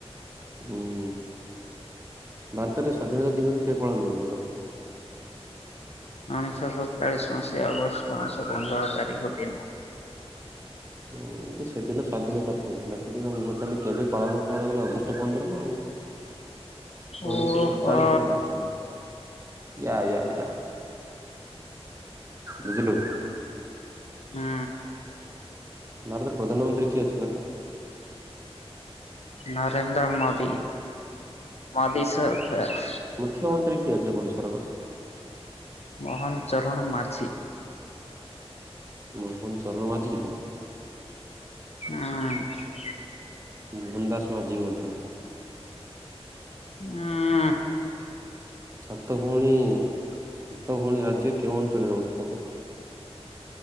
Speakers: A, on the right; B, on the left.
A: ଉଁ ଭାରତରେ ସ୍ଵାଧୀନତା ଦିବସ କେବେ ପାଳନ କରାଯାଏ କହ ତ?
B: ଉଣେଇଶହ ସରଚାଳିଶ ମସିହା ଅଗଷ୍ଟ ମାସ ପନ୍ଦର ତାରିଖ ଦିନ।
A: ହୁଁ ଯେ ସେଦିନ ସ୍ଵାଧୀନତା ପାଇଥିଲା ଥୋଡି ନା ମୁଁ ପଚାରିଲି କେବେ ପାଳନ କରାଯାଏ ଅଗଷ୍ଟ ପନ୍ଦର ନା ଆଉ। ଉଣେଇଶହ
B: ଓହୋ।
A: ସରଚାଳିଶରେ ହୁଏ ନା କଣ? ୟା ୟା ୟା ବୁଝିଲୁ।
B: ହୁଁ।
A: ଭାରତର ପ୍ରଧାନମନ୍ତ୍ରୀ କିଏ ଅଛି କହତ?
B: ନରେନ୍ଦ୍ର ମୋଦି ମୋଦି ସରକାର।
A: ମୁଖ୍ୟମନ୍ତ୍ରୀ କିଏ ଅଛି ଓଡ଼ିଶାର କତ?
B: ମୋହନ ଚରଣ ମାଝୀ।
A: ମୋହନ ଚରଣ ମାଝୀ କି ତା ନାଁ?
B: ହୁଁ।
A: ମୋହନ ଦାସ ମାଝି ବୋଲଥିଲେ।
B: ନା।
A: ସାତ ଭଉଣୀ ସାତ ଭଉଣୀ ରାଜ୍ୟ କେଉଁ ଅଞ୍ଚଳରେ ଅବସ୍ଥିତ କ?